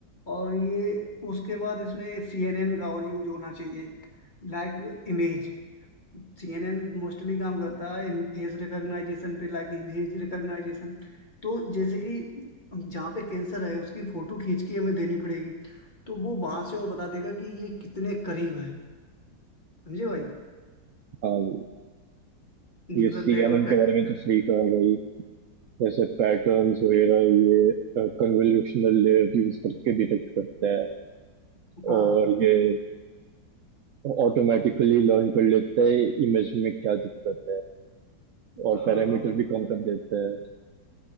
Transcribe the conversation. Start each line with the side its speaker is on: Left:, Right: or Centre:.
Left: और ये उसके बाद इसमें सीएनएन का और यूज होना चाहिए लाइक इमेज सीएनएन मोस्टली काम करता है फेस रिकॉग्नाइजेशन पे लाइक इमेज रिकॉग्नाइजेशन तो जैसे कि जहाँ पे कैंसर है उसकी फोटो खींच के हमें देनी पड़ेगी तो वो वहां से और बता देगा कि ये कितने करीब है समझे भाई
Right: हाँ
Left: न्यूरल
Right: ये सीएनएन
Left: नेटवर्क का यूज
Right: के बारे में
Left: कर
Right: तो सही कहा भाई जैसे पैटर्न्स वगैरह ये कन्वोल्यूशनल लेयर यूज करके डिटेक्ट करता है
Left: हाँ
Right: और ये ऑटोमेटिकली लर्न कर लेता है इमेज में क्या दिक्कत है और
Left: हाँ
Right: पैरामीटर
Left: हाँ भाई
Right: भी कम कर देता है